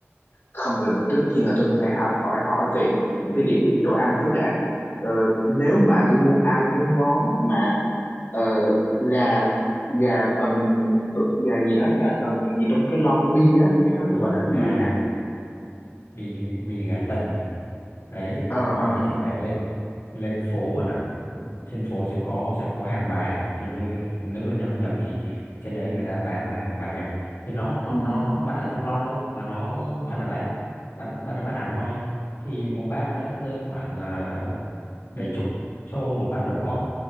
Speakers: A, on the left; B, on the left.
A: không từ từ, trước tiên là tôi phải hỏi hỏi hỏi về những cái địa điểm chỗ ăn trước đã ờ, nếu mà tôi muốn ăn cái món mà ờ, gà gà tần tu- gà gì đó gà tần gì trong cái lon bia á cái đó nó
B: Ừ.
A: gọi là cái
B: à
A: gì nhỉ
B: mì mì gà tần à. đấy
A: ờ
B: món
A: ờ
B: đấy thì phải lên lên phố bạn ạ trên phố sẽ có sẽ có hàng bài hình như nếu tôi nhớ không nhầm thì trên đấy người ta bán ở hàng bài thì nó nó
A: ừ.
B: nó nó không bán ở trong lon đâu mà nó bán ở bát bán bán ở bát hẳn hoi thì một bát nó rơi khoảng uh, bảy chục cho một bát nửa con